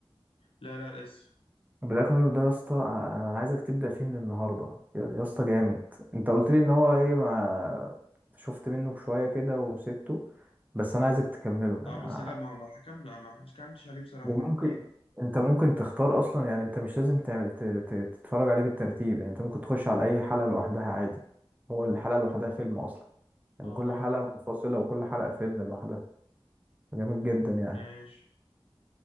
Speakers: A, on the left; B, on the right.
A: لا لا لسه
B: بلاك ميرور ده يا اسطى آه، انا عايزك تبدا فيه من النهارده يا يا اسطى جامد انت قلت لي ان هو ايه ما شفت منه شويه كده وسبته بس انا عايزك تكمله
A: اه
B: انا
A: بس لا ما ما حكمت ما ما- مش كانتش عليه بصراحة
B: وممكن
A: ده كانت ايه
B: انت ممكن تختار اصلا يعني انت مش لازم تعمل ت- ت- تتفرج عليه بالترتيب يعني انت ممكن تخش على اي حلقة لوحدها عادي هو الحلقة لوحدها فيلم اصلا يعني
A: اه
B: كل حلقة منفصلة وكل حلقة فيلم لوحدها جامد جدا يعني
A: ماشي